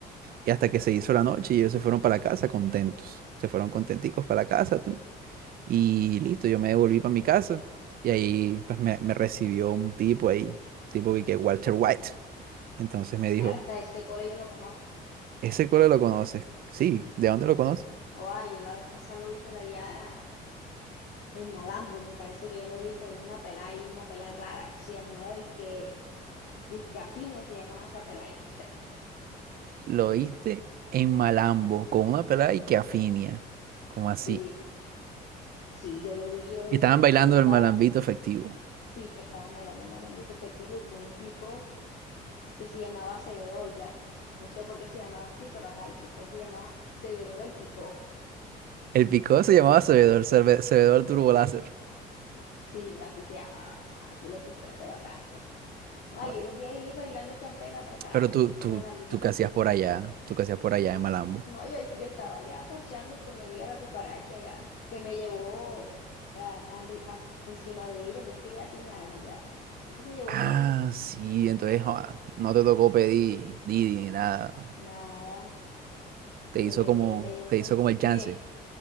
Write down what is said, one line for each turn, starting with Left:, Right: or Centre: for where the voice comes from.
Right: Y hasta que se hizo la noche y ellos se fueron para la casa contentos. Se fueron contenticos para la casa. tun, Y listo, yo me devolví para mi casa. Y ahí pues me, me recibió un tipo ahí, tipo que, que Walter White. Entonces me dijo,
Left: Arda, ese cole yo lo conozco.
Right: ¿ese coro lo conoces? Sí, ¿de dónde lo conoces?
Left: ¡Ah! yo la vez pasada lo vi por allá en Malambo. Me parece que yo lo vi con una pelada y una pelada rara que se llamaba Disque, Disque Afinia, se llamaba esa pelada, yo no sé.
Right: Lo oíste en Malambo, con una pelada y que afinia. Como
Left: Sí,
Right: así.
Left: sí, yo lo vi, yo lo
Right: Y
Left: vi.
Right: estaban
Left: Este,
Right: bailando
Left: yo estaba.
Right: el malambito efectivo.
Left: Sí, estaban bailando en Malambito Festivo con un pico que se llamaba Cebedol ya. No sé por qué se llamaba así, pero ajá, el picó se llamaba Cebedol el picó.
Right: El picó se llamaba Sabedor, Serve- Sabedor Turbo Láser.
Left: Sí, así se llamaba. Ah, culo picó ese bacano ya. Ay,
Right: Joder.
Left: yo los vi ahí bailando champeta apretado,
Right: Pero tú, tú,
Left: en el ámbito
Right: tú
Left: festivo.
Right: qué hacías por allá, tú qué hacías por allá en Malambo.
Left: No, yo, yo estaba ya parchando con mi amiga la cucaracha ya, que me llevó a- a enri- a- encima de ella, no es que ya tiene alas ya. Entonces me llevó
Right: Ah,
Left: volando.
Right: sí, entonces joda, no te tocó pedir Didi ni nada.
Left: Nada,
Right: Te
Left: me
Right: hizo
Left: llegó,
Right: como,
Left: me llegó
Right: te
Left: fue.
Right: hizo como el chance.
Left: Me,